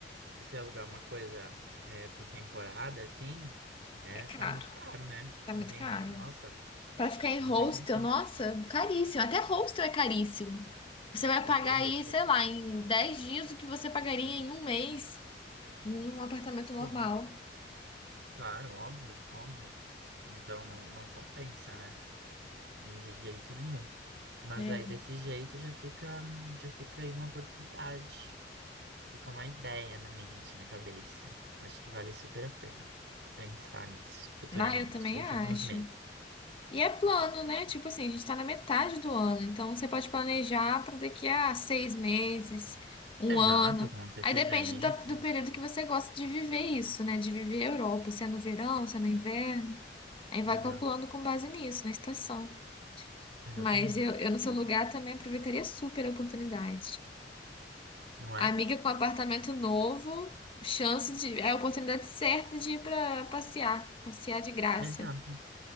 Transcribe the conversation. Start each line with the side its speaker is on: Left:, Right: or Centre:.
Right: de se alugar uma coisa é, por temporada, assim, é,
Left: É caro.
Right: sai muito caro, né?
Left: Tá
Right: Não
Left: muito
Right: tem
Left: caro.
Right: mínimo. Nossa,
Left: Pra ficar em
Right: não
Left: hostel,
Right: tem condição.
Left: nossa, caríssimo. Até hostel é caríssimo. Você vai
Right: Até
Left: pagar
Right: hostel.
Left: aí, sei lá, em 10 dias o que você pagaria em um mês num apartamento
Right: Sim,
Left: normal.
Right: claro, óbvio, óbvio. Então não, não compensa, né? De jeito nenhum. Mas
Left: né?
Right: aí desse jeito já fica, já fica aí uma oportunidade. Fica uma ideia na mente, na cabeça. Acho que vale super a pena pensar nisso futuramente,
Left: Ah, eu também
Right: daqui
Left: acho.
Right: a alguns meses.
Left: E é plano, né? Tipo assim, a gente tá na metade do ano, então você pode planejar para daqui a seis meses, um
Right: Exato,
Left: ano.
Right: com antecedência.
Left: Aí depende da- do, período que você gosta de viver isso, né? De viver a Europa, se é no verão, se é no inverno. Aí vai
Right: Exato,
Left: calculando com base nisso, na estação.
Right: exatamente.
Left: Mas eu, eu no seu lugar também aproveitaria super a oportunidade.
Right: Não
Left: Amiga
Right: é?
Left: com apartamento novo, chance de, é a oportunidade certa de ir para passear, passear de graça.
Right: Exato.